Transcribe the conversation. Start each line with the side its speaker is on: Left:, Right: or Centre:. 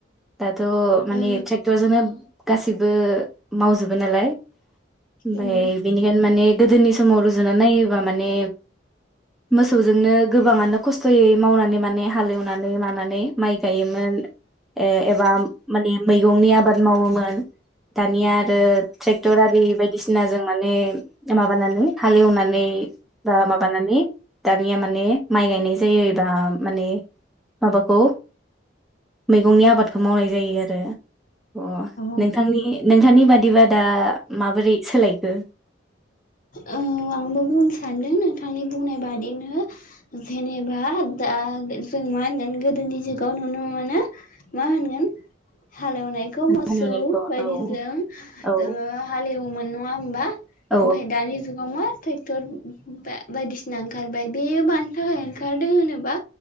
Centre: दाथ' माने
Left: ओ
Centre: ट्रेक्टरजोनो गासिब बो मावजोबो नालाय ओमफाय
Left: उम
Centre: बिनिखायनो माने गोदोनि समाव रुजुनानै नायोबा माने मोसौजोंनो गोबाङानो खस्थयै मावनानै माने हालेवनानै मानानै माइ गायोमोन। ए एबा माने मैगंनि आबाद मावोमोन। दानिया आरो ट्रेक्टर आरि बायदिसिना जों माने ओ माबानानै हालेवनानै बा माबानानै दानिया माने माइ गायनाय जायोबा माने माबाखौ मैगंनि आबादखौ मावनाय जायो आरो अ
Left: औ
Centre: नों थांनि नोंथांनि बादिबा दा माबोरै सोलायखो?
Left: औ आंबो बुंनो सानदों नोंथांनि बुंनाय बादिनो जेनेबा दा जों मा होनगोन गोदोनि जुगाव नुनो मोनो मा होनगोन? हालेवनायखौ मोसौ
Centre: हालेवनायखौ
Left: बायदिजों
Centre: औ औ
Left: ओ हालेवोमोन नङा ओमबा?
Centre: औ
Left: ओमफाय दानि जुगाव मा हो ट्रेक्टर बा-बायदिसिना ओंखारबाय बेयो मानि थाखाय ओंखारदों होनोबा